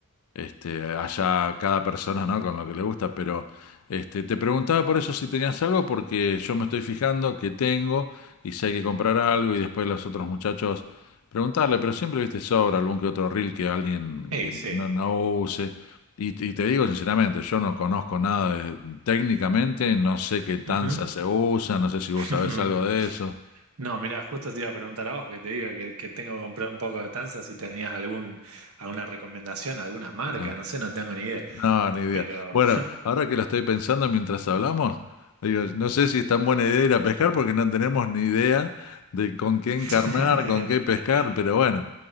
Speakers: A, on the left (about 80°); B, on the right (about 75°).
A: Este, allá cada persona, ¿no? Con lo que le gusta, pero este, te preguntaba por eso si tenías algo, porque yo me estoy fijando que tengo y si hay que comprar algo y después los otros muchachos preguntarle, pero siempre, viste, sobra algún que otro reel que alguien
B: Sí,
A: eh,
B: sí.
A: no, no use. Y, y te digo sinceramente, yo no conozco nada de- técnicamente, no sé qué tanza
B: Ujú.
A: se usa, no sé si vos
B: <laughs>
A: sabés algo de eso.
B: No, mira, justo te iba a preguntar a vos, que te digo que, que tengo que comprar un poco de tanza, si tenías algún, alguna recomendación, alguna marca,
A: Ah.
B: no sé, no tengo ni idea.
A: No, ni idea.
B: Pero
A: Bueno, ahora que lo estoy pensando mientras hablamos, digo, no sé si es tan buena idea ir a pescar porque no tenemos ni idea de con qué encarnar,
B: <laughs>
A: con qué pescar, pero bueno,